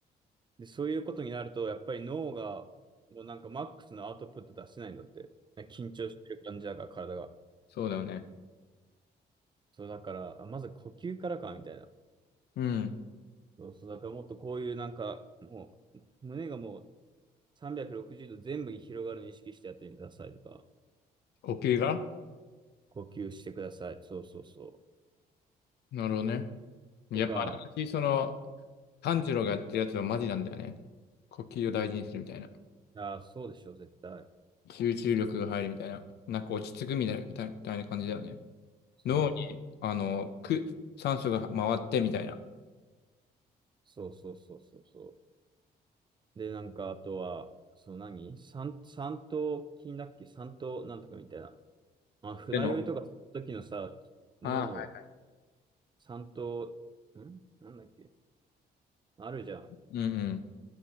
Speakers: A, on the right; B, on the left.
A: で、そういうことになると、やっぱり脳が、のなんかマックスのアウトプット出せないんだって。緊張してる感じだから、体が。
B: そうだよね。
A: そう、だから、あまず呼吸からか、みたいな。
B: うん。
A: そうそう、だからもっとこういうなんか、もう、胸がもう360度全部に広がるのを意識してやってみてくださいとか、
B: 呼吸が
A: 呼吸してください。そうそうそ
B: なるほどね。やっぱあながち、
A: う。とか、
B: その、炭治郎がやってるやつはマジなんだよね。呼吸を大事にするみたいな。
A: ああ、そうでしょ、絶対。
B: 集中力が入るみたいな。なんか落ち着くみたいな、みたいな感じだよね。
A: そう、
B: 脳に、あの、く、酸素が回ってみたいな。
A: そうそうそうそうそう。で、なんか、あとは、その何三、三頭筋だっけ三頭なんとかみたいな。まあ、船酔いとかするときのさ、
B: での
A: 脳の
B: ああー、は
A: 三頭、んなんだっけあるじゃん。
B: い。うん